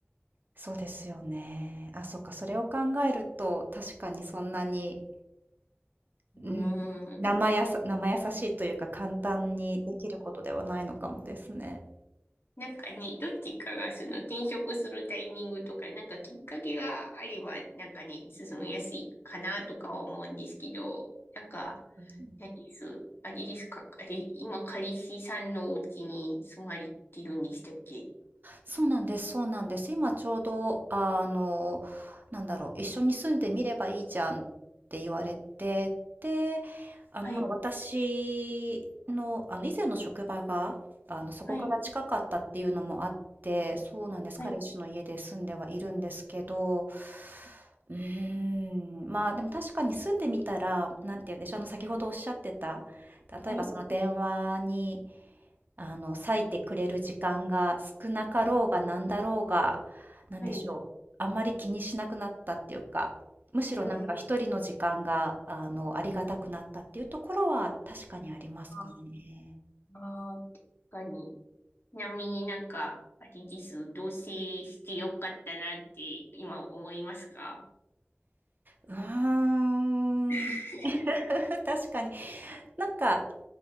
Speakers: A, on the right; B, on the left.
A: そうですよね。あ、そっか、それを考えると、確かにそんなに、
B: うーん。
A: うん、生やさ生易しいというか、簡単にできることではないのかもですね。
B: なんかね、どっちかがその転職するタイミングとか、なんかきっかけがあれば、なんかね、進みやすいかなとかは思うんですけど、なんか、
A: うん。
B: 何です、あれですか、あれ、今、彼氏さんのお家に住まれてるんでしたっけ
A: そうなんですそうなんです。今ちょうど、あの、なんだろう、一緒に住んでみればいいじゃんって言われて、で、あの、
B: はい、
A: まあ、私の、あの、以前の職場が、あの、そこから近かったっていうのもあって、
B: はい、
A: そうなんです。
B: はい、
A: 彼氏の家で住んではいるんですけど、うーん、まあ、でも確かに住んでみたら、なんて言うんでしょう、あの、先ほどおっしゃってた、例えばその電話に、
B: はい、
A: あの、割いてくれる時間が少なかろうがなんだろうが、なんでしょう、
B: はい。
A: あんまり気にしなくなったっていうか、むしろなんか一人の時間が、
B: うん、
A: あの、ありがたくなったっていうところは確かにありますかね。
B: あーあー、確かに。ちなみになんか、あれです、同棲してよかったなって今思いますか
A: うーん、
B: <laughs>
A: <laughs> 確かに。なんか、